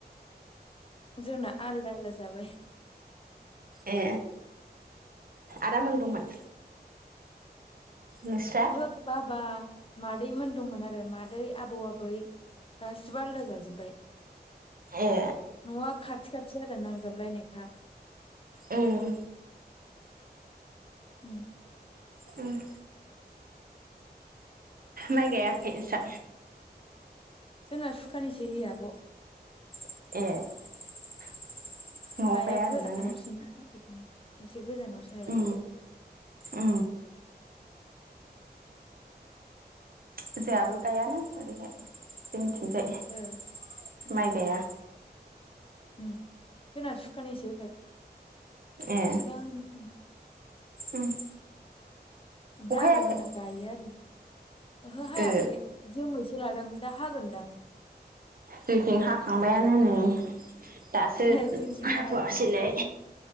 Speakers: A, on the left; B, on the right.
A: जोंना आलदा आलदा जाबाय
B: ए आदामोन दंमोन नोंस्रा
A: ओहो बाबा मादै मोन दंमोन आरो मादै आबौ आबै गासिबो आलदा जाजोबबाय
B: ए
A: न'आ खाथि खाथि आरो नांजाबलायनायखा
B: उम
A: उम
B: उम माइ गायाखै नोंसा
A: जोंना सुखानिसो होयो आब'
B: ए न'आव
A: हाया
B: गाया आरोना
A: गोजानावसो
B: ने?
A: ना बेखायनो एसे गोजानावसो हाया
B: अ अ जोंहाबो गायानो ओरैहाय जोंथिंजाय
A: ओ उम
B: माइ गाया
A: उम जोंना सुखानैसो
B: ए
A: दां <unintelligible>
B: उम
A: ओमफ्राय
B: अखा
A: आबैमोना
B: हायाखै?
A: गायो आरो ओहो हायाखै
B: ओ
A: जोमैसो लादों दा हागोनदां
B: जोंथिं हाखांबाययानो नै दासो
A: ए जोंथिं
B: हाथवासोयलाय
A: हायाखै